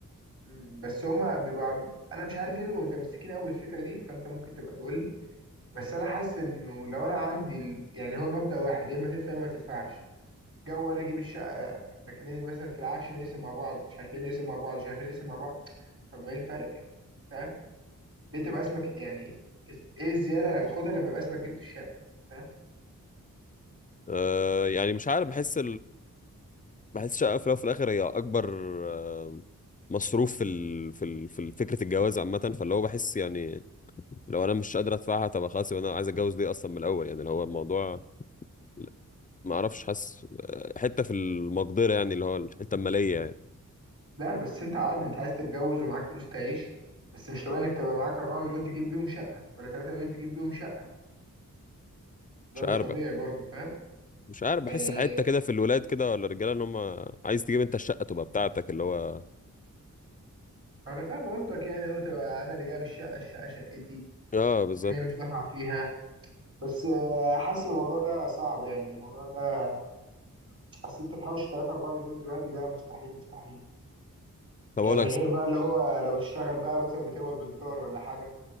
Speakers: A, on the right (about 45°); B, on the left (about 25°).
A: مم، بس هما بيبقوا عم- انا مش عارف ليه بيبقوا متمسكين قوي بالفكره دي فانت ممكن تبقى تقول لي بس انا حاسس انه لو انا عندي ال... يعني هو المبدأ واحد يا اما تدفع يا اما ما تدفعش جو انا اجيب الشقه لكن إيه مثلا في العفش نقسم مع بعض مش عارفين نقسم مع بعض مش عارفين نقسم مع بعض طب ما ايه الفرق يعني فاهم ليه تبقى اسمك يعني ايه الزياده اللي هتاخدها لما يبقى اسمك جبت الشقه فاهم
B: أه يعني مش عارف بحس بحس الشقة في الأول وفي الآخر هي أكبر آه، مصروف في ال... في ال... في ال- فكرة الجواز عامة فاللي هو بحس يعني لو أنا مش قادر أدفعها طب خلاص يبقى أنا عايز أتجوز ليه أصلا من الأول يعني اللي هو الموضوع لا، ما أعرفش حاسس آه، حتة في المقدرة يعني اللي هو الحتة المالية يعني
A: لا بس انت عادي انت عايز تتجوز ومعاك فلوس تعيش بس مش طبيعي انك تبقى معاك 4 مليون تجيب بيهم شقة ولا 3 مليون تجيب بيهم شقة ده
B: مش عارف
A: مش طبيعي برضه فاهم
B: مش عارف
A: يعني
B: بحس حتة كده في الولاد كده ولا الرجالة إن هم عايز تجيب أنت الشقة تبقى بتاعتك اللي هو
A: انا فاهم قصدك يعني لو تبقى انا اللي جايب الشقة الشقة شقتي
B: آه بالظبط
A: هي مش دافعة فيها بس آه، حاسس الموضوع ده صعب يعني الموضوع ده اصل انت تحوش 3 4 مليون دلوقتي ده مستحيل مستحيل
B: طب
A: يعني
B: أقول لك
A: غير بقى اللي هو لو بتشتغل بقى مثلا بتقبض بالدولار ولا حاجة